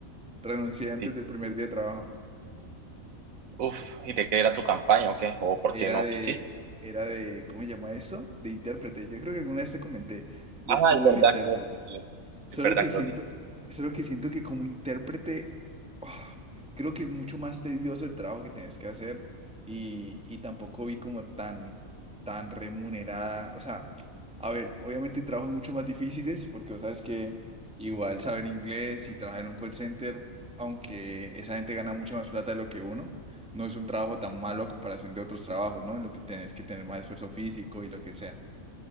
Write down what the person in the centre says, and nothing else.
renuncié antes
del primer día de trabajo.
Era
de,
era de, ¿cómo se llama eso? De intérprete. Yo creo que alguna vez te comenté, de
full
intérprete.
Solo
que siento,
solo que siento que como intérprete, oh, creo que es mucho más tedioso el trabajo que tienes que hacer y, y tampoco vi como tan, tan remunerada. O sea, a ver, obviamente hay trabajos mucho más difíciles porque vos sabes que igual saber inglés y trabajar en un call center, aunque esa gente gana mucho más plata de lo que uno, no es un trabajo tan malo a comparación de otros trabajos, ¿no? En lo que tenés que tener más esfuerzo físico y lo que sea.